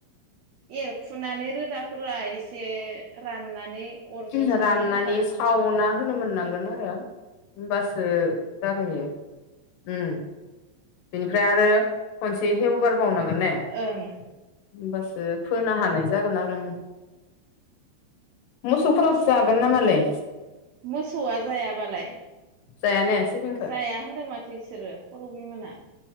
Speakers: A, on the right; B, on the left.
A: एरखुनानै रोदाफोरा एसे राननानै अरजों
B: खिनिखो
A: सावना
B: राननानै
A: होबा
B: सावना होनो मोननांगोन आरो होमबासो जागोन इयो उम बिनिफ्राय आरो खनसे हेवगारबावनांगोन ने होमबासो
A: ओं
B: फोनो हानाय जागोन आरो ओं मोसौफोरासो जागोन नामालोय
A: मोसौआ जायाबालाय।
B: जाया नो सिबिं
A: जाया होनदों माथो बिसोरो करबिमोना।